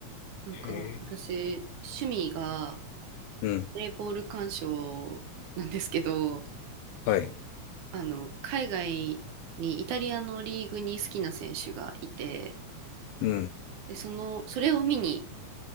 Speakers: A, on the right; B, on the left.
A: なんか、
B: へえ。
A: 私、趣味が、
B: うん。
A: プレーボール鑑賞なんですけど、
B: はい。
A: あの、海外に、イタリアのリーグに好きな選手がいて、
B: うん。
A: で、その、それを見に